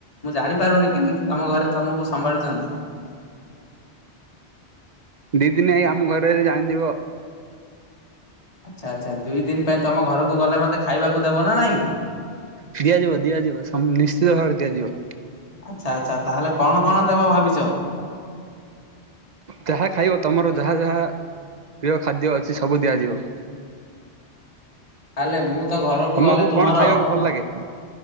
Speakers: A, on the left; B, on the right.
A: ମୁଁ ଜାଣିପାରୁନି କେମିତି ତମ ଘରେ ତମକୁ ସମ୍ଭାଳୁଚନ୍ତି।
B: ଦି ଦିନି ଆଇ ଆମ ଘରେ ଜାଣିଯିବ।
A: ଆଚ୍ଛା ଆଚ୍ଛା ଦିଇ ଦିନ ପାଇଁ ତମ ଘରକୁ ଗଲେ ମତେ ଖାଇବାକୁ ଦେବ ନା ନାଇଁ?
B: ଦିଆଯିବ ଦିଆଯିବ ସମ ନିଶ୍ଚିତ ଭାବରେ ଦିଆଯିବ।
A: ଆଚ୍ଛା ଆଚ୍ଛା ତାହେଲେ କଣ କଣ ଦେବ ଭାବିଚ?
B: ଯାହା ଖାଇବ ତୁମର ଯାହା ଯାହା ପ୍ରିୟ ଖାଦ୍ୟ ଅଛି ସବୁ ଦିଆଯିବ।
A: ତାହେଲେ ମୁଁ ତ ଘରକୁ
B: ତମକୁ
A: ଗଲେ ତୁମର
B: କଣ ଖାଇବାକୁ ଭଲ ଲାଗେ